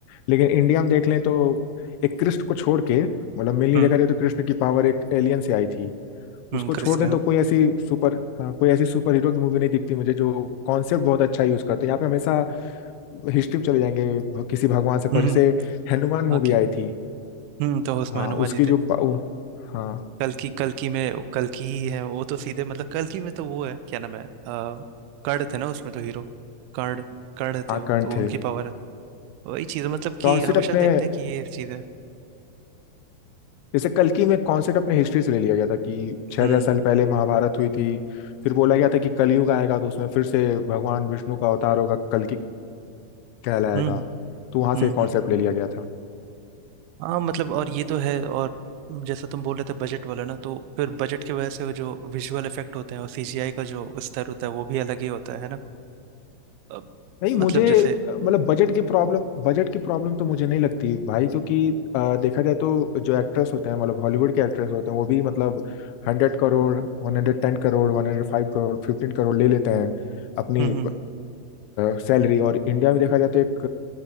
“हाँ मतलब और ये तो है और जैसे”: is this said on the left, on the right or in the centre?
Right